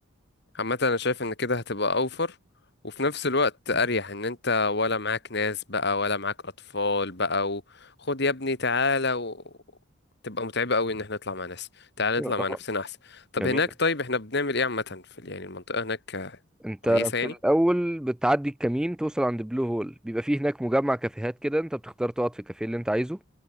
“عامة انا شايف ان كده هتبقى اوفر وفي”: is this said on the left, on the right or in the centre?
Left